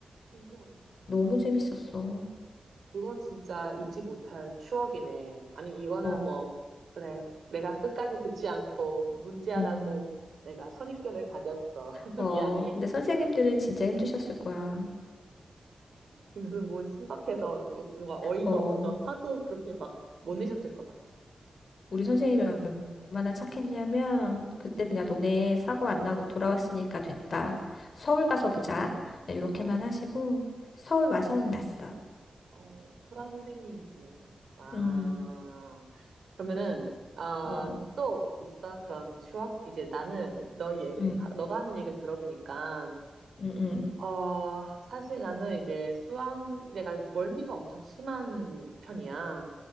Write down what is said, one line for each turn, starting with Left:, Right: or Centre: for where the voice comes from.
Right: 신기하다.
Left: 너무 재밌었어.
Right: 그건 진짜 잊지 못할 추억이네. 아니, 이거는
Left: 어,
Right: 뭐, 그래. 내가 끝까지 듣지 않고 문제하라고
Left: 음,
Right: 내가 선입견을 가졌어. <laughs>
Left: 어,
Right: 미안해.
Left: 근데 선생님들은 진짜 힘드셨을 거야.
Right: 지금은 뭐 신박해서 뭐- 뭔가 어이가
Left: 어.
Right: 없어서 화도 그렇게 막 못 내셨을 것 같아.
Left: 우리 선생님이 얼마나 착했냐면 그때
Right: 음.
Left: 그냥 너네 사고 안 나고 돌아왔으니까 됐다. 서울
Right: 음.
Left: 가서 보자. 그냥 이렇게만
Right: 어,
Left: 하시고 서울 와서 혼났어.
Right: 어, 프란 선생님이시네. 아,
Left: 음,
Right: 그러면은, 아,
Left: 어,
Right: 또 있어? 그런 추억? 이제 나는 너 얘,
Left: 음,
Right: 너가 하는 얘기를 들어보니까
Left: 응, 응,
Right: 어, 사실 나는 이제 수학, 내가 멀미가 엄청 심한 편이야.